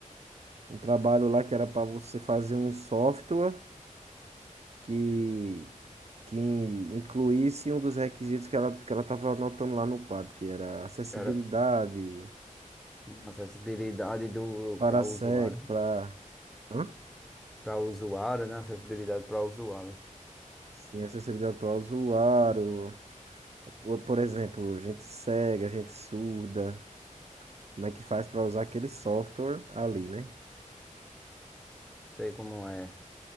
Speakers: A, on the right; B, in the centre.
A: um trabalho lá que era para você fazer um software que, que incluísse um dos requisitos que ela que ela estava anotando lá no quadro, que era acessibilidade
B: Cara, uma acessibilidade do
A: para
B: para usuário,
A: cego, para... Hã?
B: para usuário, né? Acessibilidade para usuário.
A: Sim, acessibilidade para o usuário. Por por exemplo, gente cega, gente surda. Como é que faz para usar aquele software ali, né?
B: Sei como é.